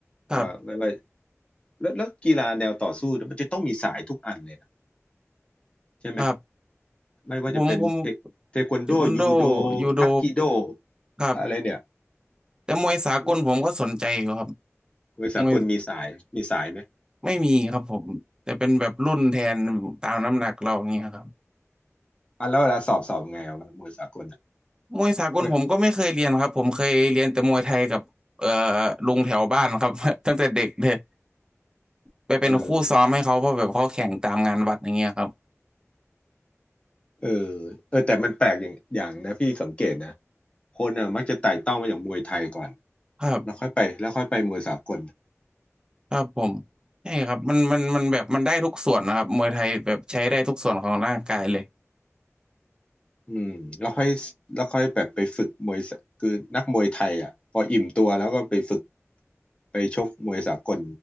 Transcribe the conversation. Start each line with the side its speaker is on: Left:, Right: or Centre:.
Right: ครับ
Left: ว่าไม่ว่าแล้วแล้วกีฬาแนวต่อสู้เนี่ยมันจะต้องมีสายทุกอันเลยนะใช่ไหม
Right: ครับ
Left: ไม่ว่าจะเป็นเทเทควันโดยูโด
Right: ผมผมเทควันโดยูโด
Left: ทักกิโด
Right: ครับ
Left: อะไรเนี่ย
Right: แต่มวยสากลผมก็สนใจอยู่ครับ
Left: อืมมวยสากลมีสายมีสายไหม
Right: มวยไม่มีครับผมแต่เป็นแบบรุ่นแทนตามน้ำหนักเราอย่างเงี้ยครับ
Left: อ่ะแล้วเวลาสอบสอบไงอะมวยสากลอะ
Right: มวยสากลผมก็ไม่เคยเรียนครับผมเคยเรียนแต่มวยไทยกับเอ่อ
Left: ไม่
Right: ลุงแถวบ้านครับ <laughs> ตั้งแต่เด็กเลยไปเป็นคู่ซ้อมให้เขาเพราะแบบเขาแข่งตามงานวัดอย่างเงี้ยครับ
Left: เออ เออเออแต่มันแปลกอย่างอย่างนะพี่สังเกตนะคนน่ะมักจะไต่เต้ามาอย่างมวยไทยก่อน
Right: ครับ
Left: แล้วค่อยไปแล้วค่อยไปมวยสากล
Right: ครับผมใช่ครับมันมันมันแบบมันได้ทุกส่วนนะครับมวยไทยแบบใช้ได้ทุกส่วนของร่างกายเลย
Left: อืมแล้วค่อยแล้วค่อยแบบไปฝึกมวยสคือนักมวยไทยอ่ะพออิ่มตัวแล้วก็ไปฝึกไปชกมวยสากล